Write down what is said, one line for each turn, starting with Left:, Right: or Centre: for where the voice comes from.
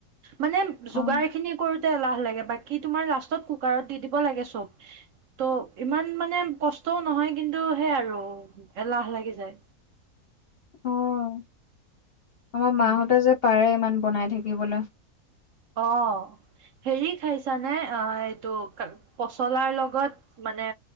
Right: মানে যোগাৰ
Left: অ
Right: খিনি কৰো তে এলাহ লাগে বাকী তোমাৰ লাষ্টত কুকাৰত দি দিব লাগে চব ত' ইমান মানে কষ্টও নহয় কিন্তু সেই আৰু এলাহ লাগি যায়।
Left: অহ আমাৰ মাহঁতে
Right: উম
Left: যে পাৰে ইমান বনাই থাকিবলে
Right: অ হেৰি খাইছানে এইটো পচলাৰ লগত মানে